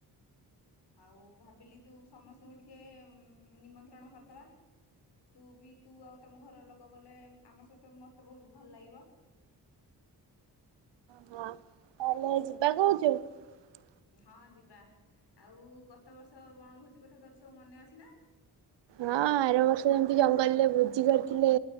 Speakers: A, on the left; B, on the right.
A: ଆଉ ଭାବିଲି ତୁ ସମସ୍ତଙ୍କୁ ଟିକେ ନିମନ୍ତ୍ରଣ କରିଦବା ତୁ ବି ତୁ ଆଉ ତମ ଘରର ଲୋକ ଗଲେ ଆମ ସହିତ ମତେ ବହୁତ ଭଲ ଲାଗିବ।
B: ହଁ ତାହେଲେ ଯିବା କହୁଛୁ। ହଉ।
A: ହଁ ଯିବା ଆଉ ଗତ ବର୍ଷ ବଣଭୋଜି କଥା ତୋର ସବୁ ମନେ ଅଛି ନା।
B: ହଁ ଆର ବର୍ଷ ଯେମିତି ଜଙ୍ଗଲରେ ଭୋଜି କରିଥିଲେ